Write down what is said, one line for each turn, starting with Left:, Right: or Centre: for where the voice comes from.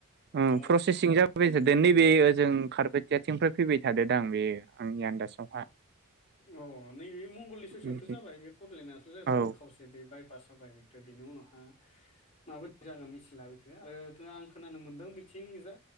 Right: ओं
Left: अ
Right: फ्रसेसिं जाबाय थादो नैबे ओजों खारबाय देथिंफ्राय फैबाय थादो दां बेयो आंनि आन्दाजावहा
Left: अ' नैबे मंगलदै ससेयावथ
Right: बिदि
Left: जाबाय बे फटलेणडआथ जाबाय
Right: औ
Left: बे खावसे बे बायपास जाबाय बेनि उनावहा माबायदि जागोन मिथि लाबथो आरो थो आं खोनानो मोनदों बिथिं जा